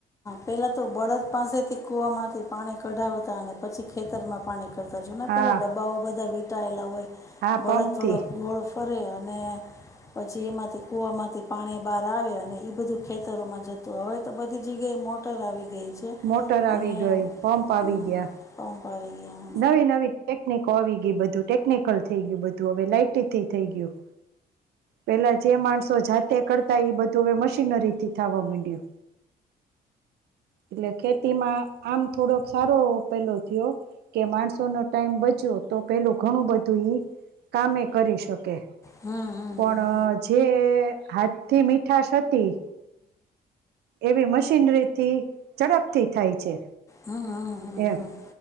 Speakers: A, on the left; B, on the right.
A: પેલા તો બળદ પાસેથી કૂવામાંથી પાણી કઢાવતા અને પછી ખેતરમાં પાણી જોને
B: હા
A: પેલા ડબ્બાઓ બધા વી સાઇલા હોય.
B: હા
A: બળા
B: પંપથી
A: થોડા ગોળ કરે અને પછી એમાંથી કૂવામાંથી પાણી બહાર આવે અને એ બધું ખેતરોમાં જતું હવે તો બધી જગ્યા મોટર આવી.
B: મોટર આવી
A: અને
B: ગઈ. પંપ આવી
A: હમ
B: ગયા.
A: પંપ આવી ગયા
B: નવી નવી ટેક્નિક આવી ગઈ. બધું ટેક્નિકલ થઈ ગયું. બધું હવે લાઇટથી થઈ ગયું. પેલા જે માણસો જાતે કરતા એ બધું હવે મશીનરી થી થવા માંડ્યું. એટલે ખેતીમાં આમ થોડોક સારો પેલો થયો. કે માણસો નો ટાઈમ બચ્યો તો પેલું ઘણું બધું ઈ. કામે કરી શકે,
A: હમ હમ
B: પણ
A: હમ
B: જે હાથ થી મીઠાશ હતી. એવી મશીનરીથી ઝડપથી થાય છે.
A: હમ હમ હમ હમ હમ
B: એમ.
A: હમ